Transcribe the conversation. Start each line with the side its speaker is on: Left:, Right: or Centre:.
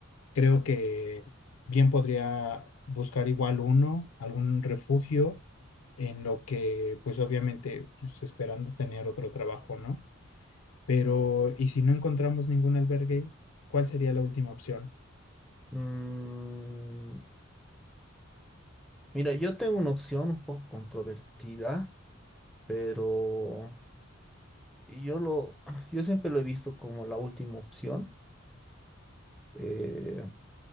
Left: Creo que bien podría buscar igual uno, algún refugio, en lo que, pues obviamente, pues esperando tener otro trabajo, ¿no? Pero, ¿y si no encontramos ningún albergue, cuál sería la última opción?
Centre: Mm, mira, yo tengo una opción un poco controvertida, pero yo lo, <clears throat> yo siempre lo he visto como la última opción. Eh,